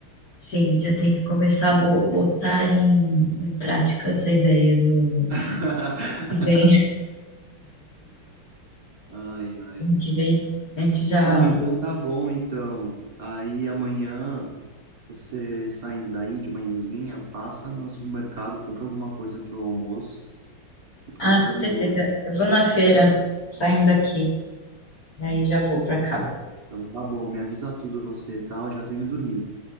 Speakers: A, on the left; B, on the right.
A: Sim, já tem que começar a bo- botar em, em prática essa ideia no
B: <laughs>
A: que vem. <laughs>
B: Ai, ai.
A: Ano que vem a gente já.
B: Ah, então tá bom, então. Aí amanhã. Você saindo daí de manhãzinha, passa no supermercado, compra alguma coisa pro almoço e pro
A: Ah,
B: café da
A: com certeza.
B: manhã.
A: Eu vou na feira, saindo daqui, daí já vou pra casa.
B: Então tá bom, me avisa tudo você, tá? Eu já tô indo dormir.